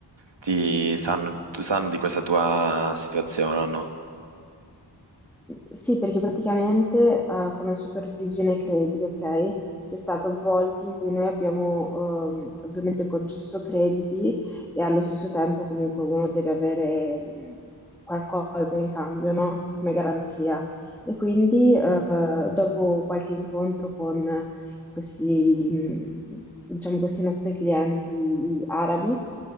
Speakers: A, on the right; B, in the centre.
A: ti sanno, tu sanno di questa tua situazione o no?
B: Sì, perché praticamente eh, come supervisione credito, ok? C'è stato volte in cui noi abbiamo ehm, ovviamente concesso crediti e allo stesso tempo comunque uno deve avere mh, qualcosa in cambio, no? Come garanzia. E quindi eh, dopo qualche incontro con questi, mh, diciamo, questi nostri clienti arabi,